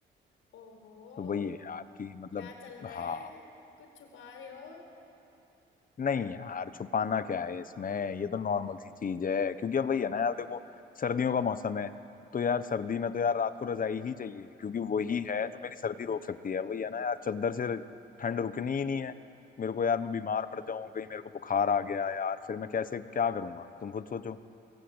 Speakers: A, on the left (about 80°); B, on the left (about 45°).
A: ओहो
B: तो वही है यार कि मतलब
A: क्या चल रहा है
B: हाँ
A: कुछ छुपा रहे हो
B: नहीं यार छुपाना क्या है इसमें ये तो नॉर्मल सी चीज है क्योंकि अब वही है ना यार देखो सर्दियों का मौसम है तो यार सर्दी में तो यार रात को रजाई ही चाहिए क्योंकि वही है जो मेरी सर्दी रोक सकती है वही है ना यार चादर से ठंड रुकनी ही नहीं है मेरे को यार मैं बीमार पड़ जाऊं कहीं मेरे को बुखार आ गया यार फिर मैं कैसे क्या करूंगा तुम खुद सोचो